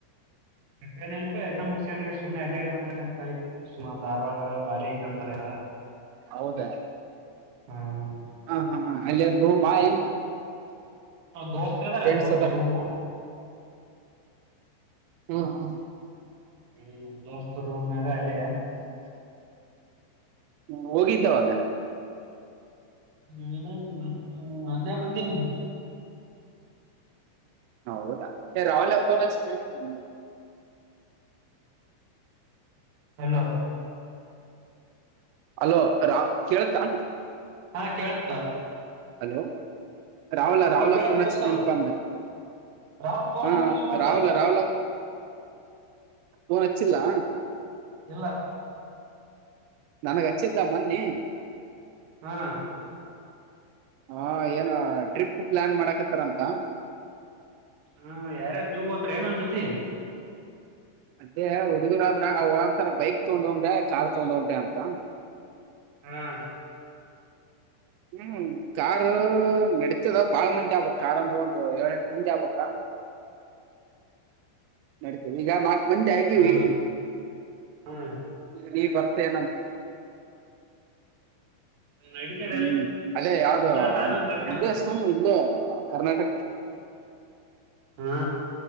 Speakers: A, on the right (about 50°); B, on the right (about 80°).
A: ಹಂಗೇನಿಲ್ಪ ಎಕ್ಸಾಮ್ ಮುಗುಸ್ಕೊಂಡ್ ಅಂಗೆ ಸುಮ್ಮನೆ ಅಡ್ಡಾಡಿ ಬಂದ್ರೆ ಅಂತ ಆಯ್ತು. ಸುಮ ಧಾರವಾಡ ಬಾರಿ ಐತಿ ಅಂತಾರೆಲ್ಲ.
B: ಹೌದ
A: ಹ್ಮ
B: ಹಾ ಹಾ ಹಾ ಅಲ್ಲಿಂದೂ ಬಾ ಹೆಂಗ.
A: ದೋಸ್ತ ಇದಾರ
B: ಫ್ರೆಂಡ್ಸ್
A: ದೋಸ್ತರ್
B: ಅದಾರ
A: ರೂಮು.
B: ಹ್ಮ ಹಾ
A: ಹ್ಮ್ ದೋಸ್ತ್ ರೂಮ್ನಾಗ ಅಲ್ಲೇ.
B: <inaudible> ಹೋಗಿದ್ದಾ ಅವನು
A: <unintelligible> ಅನ್ಯ ಬಂದೀನಿ
B: ಹೌದಾ ರಾಹುಲ <unintelligible>
A: ಹಲ್ಲೋ
B: ಹಲೋ ರಾ ಕೇಳತಾ
A: ಹಾ ಕೇಳುತ್
B: ಹಲೋ ರಾಹುಲ ರಾಹುಲ್ ಗೆ
A: ಕೇಳತ್ತ
B: ಫೋನ್ ಹಚ್ಚ
A: ಬಸ್ಸು
B: ದೆಅನಪ್ ಅಂದೆ
A: ರಾಹುಲ್ ಫೋನ್
B: ಹೂ
A: ಹಚ್ಚಿಲ್ ಸುಮಂತ
B: ರಾಹುಲ್ ರಾಹುಲ್ ಫೋನ್ ಹಚ್ಚಿಲ್ಲಾ
A: ಇಲ್ಲಾ
B: ನನಗ ಹಚ್ಚಿದ್ದ ಮೋನ್ನಿ
A: ಹಾ
B: ಹಾ ಏನ ಟ್ರಿಪ್ ಪ್ಲಾನ್ ಮಾಡಾಕತ್ತಾರಂತಾ
A: ಹುಂ ಯಾರಯಾರ ನೀವು ಹೋತಿರಿ ಏನ್ ಅವನ ಜೊತಿ
B: ಅದೇ ಹುಡಗರ ಆದ್ರಂತರ ಬೈಕ್ ತಗೊಂಡ್ ಹೋಗಂಬೆ ಕಾರ್ ತೊಗೊಂಡ ಹೋಗ್ ಅಂತಾ
A: ಹಾ
B: ಹುಂ ಕಾರು ನಡತದ ಬಾಳ ಮಂದಿ ಆಗ್ಬಬೇಕ್ ಕಾರ್ ಅಂದ್ರ ಒಂದು ಏಳ ಎಂಟು ಮಂದಿ ಆಗಬೇಕಾ <unintelligible> ನಡತೇದ ಈಗ ನಾಕ್ ಮಂದಿ ಆಗಿವಿ
A: ಹಾ ಹಾ
B: ನೀ ಬರತೀಎನಂತ
A: ನಡೀತದೆ
B: ಹುಂ ಅದೇ ಯಾವ್ದ
A: ಎಲ್ಲ ನಾನು ಬರ್ತೀನಿ
B: ವಿದೇಶ <unintelligible> ಇಲ್ಲೇ ಕರ್ನಾಟಕ್
A: ಹಾ